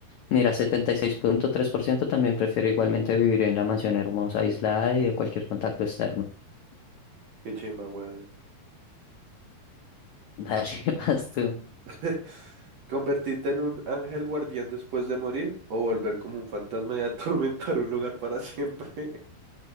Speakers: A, on the left (about 85°); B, on the right (about 55°).
A: Mira, setenta y seis punto tres por ciento también prefiero igualmente vivir en la mansión hermosa, aislada y de cualquier contacto externo.
B: Qué chimba, weón.
A: <laughs> Dale, vas tú.
B: <laughs> ¿Convertirte en un ángel guardián después de morir o volver como un fantasma y <laughs> atormentar un lugar para siempre?